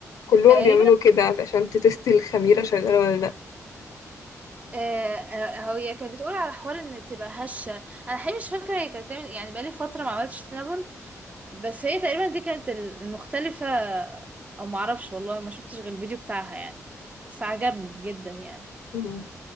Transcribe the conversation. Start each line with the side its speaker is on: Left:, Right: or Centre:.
Left: كلهم
Right: تقريبا
Left: بيعملوا كده علشان تتست الخميرة شغالة ولا لأ
Right: آه، آه، هي كانت بتقول على حوار ان تبقى هشه انا حقيقي مش فاكره هي كانت بتعمل يعني بقالي فتره ما عملتش سينابون بس هي تقريبا دي كانت ال- المختلفه او ما اعرفش والله ما شفتش غير الفيديو بتاعها يعني بس عجبني جدا يعني
Left: مم.